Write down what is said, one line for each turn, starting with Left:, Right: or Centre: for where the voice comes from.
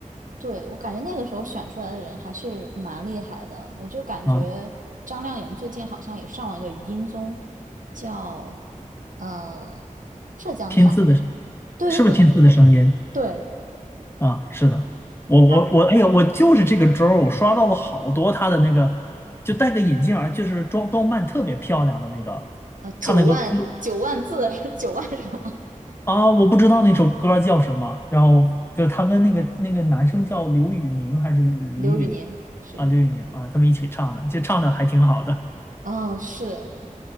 Right: 对，我感觉那个时候选出来的人还是蛮厉害的。我就感觉张靓颖最近好像也上了个音综，
Left: 啊，
Right: 叫呃浙江台的，
Left: 拼字的。
Right: 对对对
Left: 是不是天赐的声音
Right: 对，
Left: 啊？是的，我我我，
Right: 她
Left: 哎呀，我就是这个周儿我刷到了好多他的那个，就戴个眼镜儿，就是装装扮特别漂亮的那个，
Right: 呃九万九万字
Left: 唱那个歌
Right: <laughs> 是九万什么？
Left: 啊，我不知道那首歌叫什么，然后就是他跟那个那个男生叫刘宇宁还是李宇宁
Right: 刘宇宁是。
Left: 啊？刘宇宁啊，他们一起唱的，就唱的还挺好的，
Right: 哦，是，